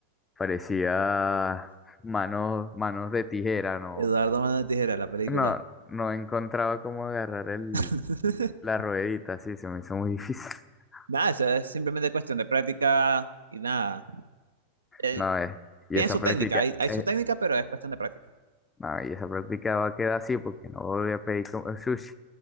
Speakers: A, on the left (about 15°); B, on the right (about 75°).
A: parecía manos, manos de tijera, no,
B: Eduardo Mano de Tijera, la película.
A: No, no encontraba cómo agarrar el,
B: <laughs>
A: la ruedita, sí, se me hizo muy difícil. <laughs>
B: Nada, eso es simplemente cuestión de práctica y nada. Él
A: No, eh, y
B: tiene
A: esa
B: su
A: práctica,
B: técnica, hay, hay su
A: eh,
B: técnica, pero es cuestión de práctica.
A: no, y esa práctica va a quedar así porque no volví a pedir como sushi.